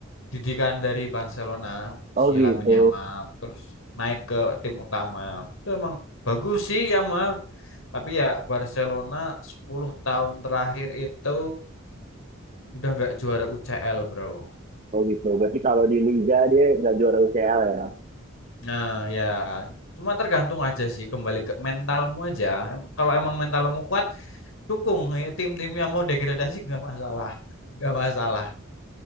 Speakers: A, on the left; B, on the right.
A: didikan dari Barcelona
B: Oh
A: si
B: gitu.
A: Lamine Yamal terus naik ke tim utama. Itu emang bagus sih Yamal, Tapi ya Barcelona 10 tahun terakhir itu udah nggak juara UCL, bro.
B: Oh gitu. Berarti kalau di Liga dia nggak juara UCL ya.
A: Nah, ya cuma tergantung aja sih kembali ke mentalmu aja. Em- Kalau emang mentalmu kuat, dukung Ya, tim tim yang mau degradasi nggak masalah. Nggak masalah.